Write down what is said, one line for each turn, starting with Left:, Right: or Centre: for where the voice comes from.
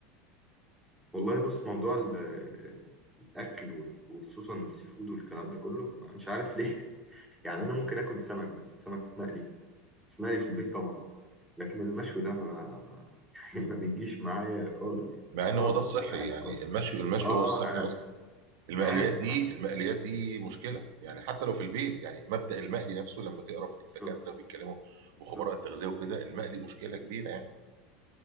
Centre: والله بص موضوع ال- ال- الاكل وال- وخصوصا السي فود والكلام ده كله مش عارف ليه <laughs> يعني انا ممكن اكل سمك بس سمك مقلي اسمعي في البيت طبعا لكن المشوي ده ما, ما <laughs> يعني ما بيجيش معايا خالص يعني
Right: مع ان
Centre: خالص
Right: هو ده الصحي
Centre: مش عارف
Right: يعني
Centre: خالص
Right: المشي المشي
Centre: اه
Right: هو الصحي
Centre: انا عارف
Right: اصلا المقليات
Centre: انا عارف
Right: دي
Centre: انا عارف
Right: المقليات دي مشكله يعني حتى لو في البيت يعني مبدأ المقلي نفسه لما تقرا في
Centre: بالظبط
Right: الدكاتره بيتكلموا
Centre: بالظبط
Right: وخبراء التغذيه وكده المقلي مشكله كبيره يعني